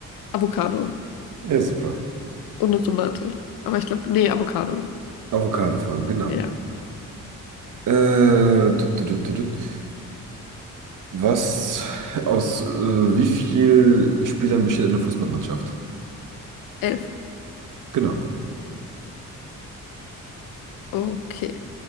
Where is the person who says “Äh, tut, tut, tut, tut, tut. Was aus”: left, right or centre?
Right